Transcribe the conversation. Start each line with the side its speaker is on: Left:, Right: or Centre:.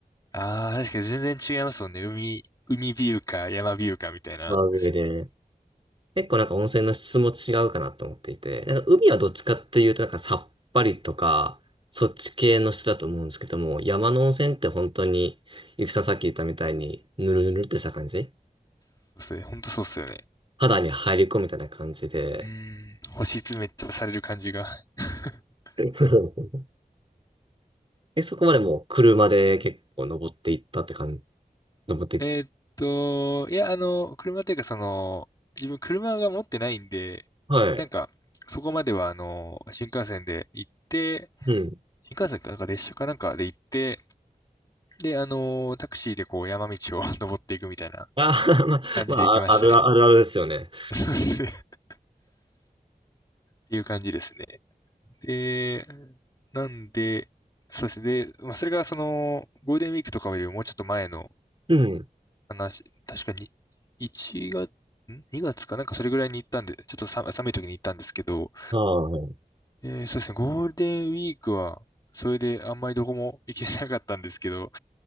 Left: ああ、確かに全然違いますもんね。海、海ビューか山ビューかみたいな。
Right: まあ上で。結構なんか温泉の質も違うかなと思っていて、なんか海はどっちかっていうとなんかさっぱりとか、そっち系の質だと思うんですけども、山の温泉って本当に、ゆきさんさっき言ったみたいに、ぬるぬるってした感じ
Left: そうっすね。ほんとそうっすよね。
Right: 肌に入り込むみたいな感じで、
Left: うーん、星詰めっちゃされる感じが。<laughs>
Right: <laughs> え、そこまでもう車で結構登っていったって感じ。登って、
Left: えーっと、いや、あの、車っていうかその、自分車が持ってないんで、
Right: はい。
Left: なんか、そこまではあの、新幹線で行って、
Right: うん。
Left: 新幹線か、なんか列車かなんかで行って、で、あの、タクシーでこう山道を <laughs> 登っていくみたいな
Right: あー、<laughs> まあ、
Left: 感じで行きましたね。
Right: まあ、あるあるあるですよね。
Left: そうですね。っていう感じですね。で、なんで、そうですね。で、まあ、それがその、ゴールデンウィークとかよりももうちょっと前の
Right: うん。
Left: 話、確かに、1月、ん ?2 月かなんかそれぐらいに行ったんで、ちょっとさ寒い時に行ったんですけど、
Right: は
Left: えーそうですね、ゴールデンウィークは、それであんまりどこも行けなかったんですけど、